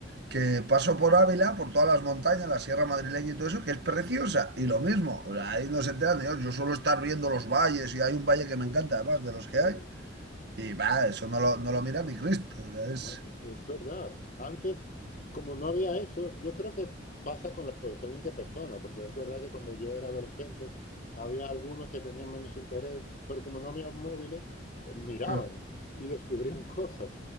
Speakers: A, on the right; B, on the left.
A: que paso por Ávila, por todas las montañas, la sierra madrileña y todo eso, que es preciosa. Y lo mismo, o sea, ahí no se enteran de Dios, yo suelo estar viendo los valles y hay un valle que me encanta, además de los que
B: Joder.
A: hay. Y va, eso no lo, no lo mira ni Cristo. o sea, es...
B: Más, es verdad. Antes, como no había eso, yo creo que pasa con la, pues, según qué persona, porque es verdad que cuando yo era adolescente había algunos que tenían menos interés, pero como no había móviles, miraban
A: <laughs>
B: y descubrían <laughs> cosas.